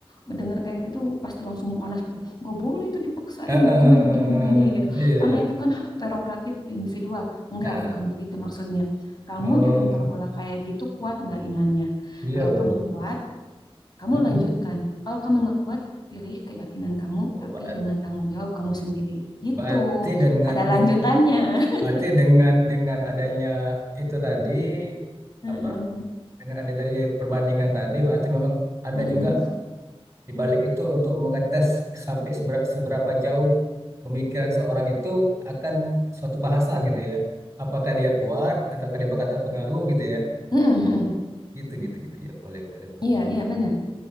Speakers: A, on the left; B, on the right.
A: mendengar kayak gitu pasti langsung panas gitu nggak boleh itu dipaksain
B: Ah, ah,
A: begini
B: ah,
A: begini
B: ah,
A: begini gitu
B: ah. iya
A: karena
B: iya
A: itu kan hak prerogatif individual enggak
B: Ah,
A: bukan
B: ah.
A: begitu maksudnya kamu
B: oh
A: dilempar bola kayak gitu kuat nggak imannya
B: iya
A: kalau
B: iya
A: kamu
B: iya
A: kuat kamu
B: Mm-mm.
A: lanjutkan kalau kamu nggak kuat pilih keyakinan kamu
B: Oh,
A: tapi
B: ba-
A: dengan tanggung jawab kamu sendiri gitu
B: Berarti dengan
A: ada lanjutannya
B: deng,
A: <laughs>
B: berarti dengan dengan adanya itu tadi
A: Heeh.
B: apa dengan adanya tadi perbandingan tadi berarti memang ada
A: Mm-mm.
B: juga di balik itu untuk mengetes sampai seberapa, seberapa jauh pemikiran seorang itu akan suatu bahasan gitu ya. Apakah dia kuat ataukah dia bakal terpengaruh gitu ya.
A: Mm-mm, mm-mm.
B: Gitu gitu gitu ya. Boleh boleh. <laughs> boleh.
A: Iya, iya benar.